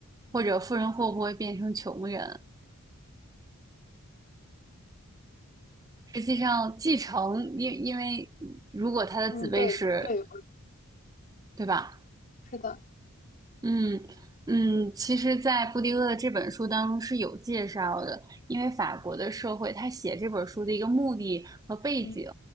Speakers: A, on the right; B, on the left.
A: 或者富人会不会变成穷人？实际上，继承，因因为如果他的子辈是，
B: 嗯，对对，
A: 对吧？
B: 是的，
A: 嗯嗯，其实，在布迪厄的这本书当中是有介绍的，因为法国的社会，他写这本书的一个目的和背景，
B: 嗯，